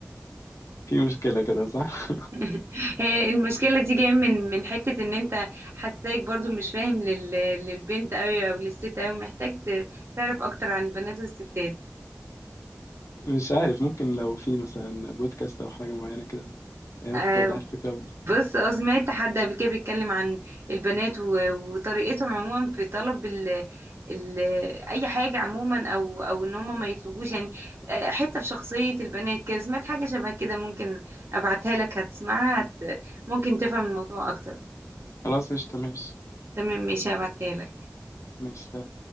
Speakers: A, on the left; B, on the right.
A: في مشكله كده صح
B: <laughs> هي المشكلة دي جاية من من حتة ان انت حساك برضو مش فاهم لل... للبنت قوي او للست قوي محتاج ت- تعرف اكتر عن البنات والستات
A: مش عارف ممكن لو في مثلا بودكاست او حاجه معينه كده يعني
B: آه
A: ممكن توضح الفكره
B: بص اه سمعت حد قبل كده بيتكلم عن البنات و... وطريقتهم عموما في طلب ال... ال... اي حاجة عموما او او ان هم ما يطلبوش يعني آه حتة في شخصية البنات كده سمعت حاجة شبه كده ممكن ابعتها لك هتسمعها هت... ممكن تفهم الموضوع اكتر
A: خلاص قشطه ماشي
B: تمام ماشي هبعتها لك
A: ماشي